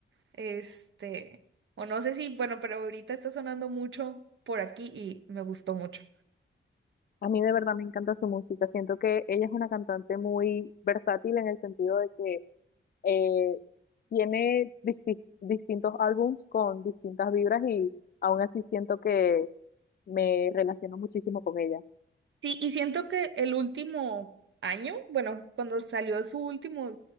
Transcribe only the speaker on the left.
A mí de verdad me encanta su música. Siento que ella es una cantante muy versátil en el sentido de que eh, tiene disti- distintos álbums con distintas vibras y aún así siento que me relaciono muchísimo con ella.